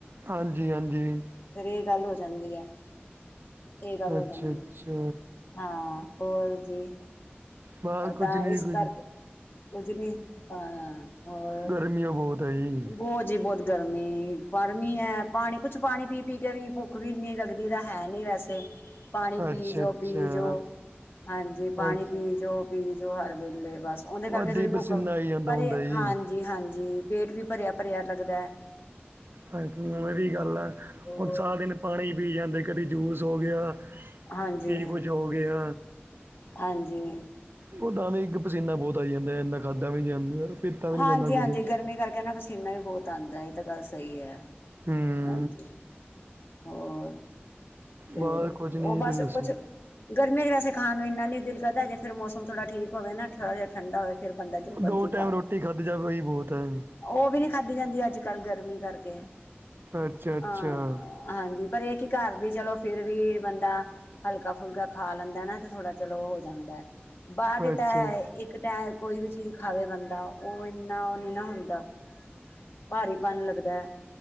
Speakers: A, on the right (about 60°); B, on the left (about 60°).
A: ਹਾਂਜੀ ਹਾਂਜੀ।
B: ਫੇਰ ਇਹ ਗੱਲ ਹੋ ਜਾਂਦੀ ਐ, ਇਹ ਗੱਲ ਹੋ
A: ਅੱਛਾ-ਅੱਛਾ
B: ਜਾਂਦੀ ਐ। ਹਾਂ ਹੋਰ ਜੀ,
A: ਬਸ
B: ਓ
A: ਕੁਝ
B: ਤਾਂ
A: ਨਹੀਂ
B: ਇਸ
A: ਕੁਝ
B: ਕਰਕੇ ਕੁਝ ਨੀ ਆ ਹੋਰ
A: ਗਰਮੀ ਓ ਬਹੁਤ ਹੈ ਜੀ
B: ਬੋਤ ਜੀ ਬਹੁਤ ਗਰਮੀ ਪਰ ਨੀ ਐ ਪਾਣੀ ਕੁਛ ਪਾਣੀ ਪੀ-ਪੀ ਕੇ ਵੀ, ਭੁੱਖ ਵੀ ਇੰਨੀ ਲੱਗਦੀ ਤਾਂ ਹੈ ਨੀ ਵੈਸੇ। ਪਾਣੀ ਪੀ
A: ਅੱਛਾ-ਅੱਛਾ
B: ਜੌ, ਪੀ ਜੌ! ਹਾਂਜੀ, ਪਾਣੀ
A: ਅੱ
B: ਪੀ ਜੌ, ਪੀ ਜੌ ਹਰ ਵੇਲੇ, ਬਸ ਉਹਦੇ ਕਰਕੇ
A: ਅੱਧੀ
B: ਥੋੜ੍ਹੀ ਭੁੱਖ
A: ਪਸੀਨਾ ਆਈ ਜਾਂਦਾ
B: ਪਰ
A: ਹੁੰਦਾ
B: ਏ--ਹਾਂਜੀ-ਹਾਂਜੀ,
A: ਜੀ।
B: ਪੇਟ ਵੀ ਭਰਿਆ-ਭਰਿਆ ਲੱਗਦਾ।
A: ਹਾਂਜੀ ਹੁ, ਇਹ ਵੀ ਗੱਲ
B: ਹਾਂਜੀ
A: ਆ!
B: ਹੋਰ
A: ਉਹ ਸਾਰ ਦਿਨ ਪਾਣੀ ਪੀ ਜਾਂਦੇ, ਕਦੇ ਜੂਸ ਹੋ ਗਿਆ
B: ਹਾਂਜੀ,
A: ਕੀ ਕੁਝ ਹੋ ਗਿਆ
B: ਹਾਂਜੀ।
A: ਉਹਦਾ ਨਾ ਇੱਕ ਪਸੀਨਾ ਬਹੁਤ ਆਈ ਜਾਂਦਾ, ਇੰਨਾ ਖਾਧਾ ਵੀ ਨੀਂ ਜਾਂਦਾ। ਪੀਤਾ ਵੀ
B: ਹਾਂਜੀ-ਹਾਂਜੀ,
A: ਨਹੀਂ ਜਾਂਦਾ ਕੁਝ
B: ਗਰਮੀ ਕਰਕੇ ਨਾ, ਪਸੀਨਾ ਵੀ ਬਹੁਤ ਆਉਂਦਾ ਐ, ਇਹ ਤਾਂ ਗੱਲ ਸਹੀ ਐ।
A: ਹਮ।
B: ਹਾਂਜੀ, ਹੋਰ, ਤੇ
A: ਬਾਹਰ ਕੁਝ
B: ਉਹ
A: ਨਹੀਂ ਜੀ
B: ਬਸ
A: ਤੁਸੀਂ ਦੱਸੋ
B: ਕੁਛ ਗਰਮੀਆਂ 'ਚ ਵੈਸੇ ਖਾਣ ਨੂੰ ਇੰਨਾ ਨੀ ਦਿਲ ਕਰਦਾ। ਜੇ ਫੇਰ ਮੌਸਮ ਥੋੜਾ ਠੀਕ ਹੋਵੇ ਨਾ, ਥੋੜਾ ਜਿਹਾ ਠੰਢਾ ਹੋਵੇ, ਫਿਰ ਬੰਦਾ ਜੋ ਮਰਜ਼ੀ
A: ਦੋ ਟਾਈਮ ਰੋਟੀ ਖਾਧੀ ਜਾਵੇ ਓਹੀ ਬਹੁਤ ਐ।
B: ਓ ਵੀ ਨੀ ਖਾਧੀ ਜਾਂਦੀ, ਅੱਜ-ਕੱਲ੍ਹ ਗਰਮੀ ਕਰਕੇ।
A: ਅੱਛਾ ਅੱਛਾ
B: ਹਾਂ। ਹਾਂਜੀ! ਪਰ, ਇਹ ਏ ਕਿ ਘਰ ਦੀ ਚਲੋ‌ ਫਿਰ ਵੀ ਬੰਦਾ ਹਲਕਾ-ਫੁਲਕਾ ਖਾ ਲੈਂਦਾ ਨਾ, ਤੇ ਥੋੜਾ ਚਲੋ ਹੋ ਜਾਂਦਾ। ਬਾਹਰ ਵੀ
A: ਅੱਛਾ
B: ਤਾਂ ਇੱਕ ਟੈਮ ਕੋਈ ਵੀ ਚੀਜ਼ ਖਾਵੇ ਬੰਦਾ, ਉਹ ਇੰਨਾ ਉਹ ਨਹੀਂ ਨਾ ਹੁੰਦਾ। ਭਾਰੀਪਨ ਲੱਗਦਾ ਐ।